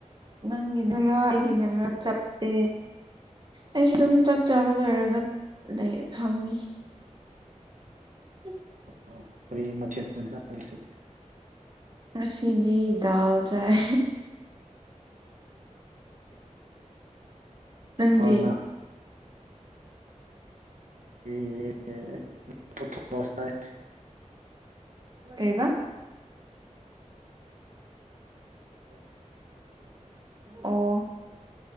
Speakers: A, on the right; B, on the right.
A: ꯅꯪꯒꯤ ꯑꯩꯒꯤꯗꯔ ꯆꯞꯄꯦ ꯑꯩꯁꯨ ꯑꯗꯨꯝ ꯆꯥꯛ ꯆꯥꯕ ꯂꯣꯏꯔꯒ ꯂꯩ ꯐꯝꯃꯤ ꯎꯝ
B: ꯑꯣ ꯀꯔꯤ ꯃꯊꯦꯜ ꯆꯁꯤ
A: ꯁꯤꯖꯤ ꯗꯜ ꯆꯥꯏ ꯅꯪꯗꯤ
B: ꯍꯣꯢꯅ ꯑꯦ ꯄꯊꯁꯥꯏ
A: ꯀꯩꯕ ꯑꯣ